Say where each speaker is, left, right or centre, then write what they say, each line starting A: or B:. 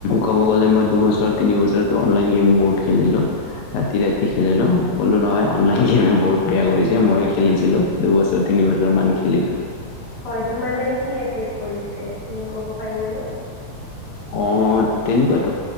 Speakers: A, on the left (about 80°); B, on the left (about 55°).
A: ক'ব গ'লে মই দুবছৰ তিনি বছৰটো অনলাইন গেম বহুত খেলিলোঁ ৰাতি- ৰাতি খেলিলোঁ ক'লোঁ নহয় অনলাইন গেমে বহুত বেয়া কৰিছে ময় খেলিছিলোঁ দুবছৰ তিনি বছৰমান খেলিলোঁ৷
B: হয় তোমাৰ মানে কি এফেক্ কৰিছে? তুমি ক'ব পাৰিবানে
A: অ' তেনেকুৱা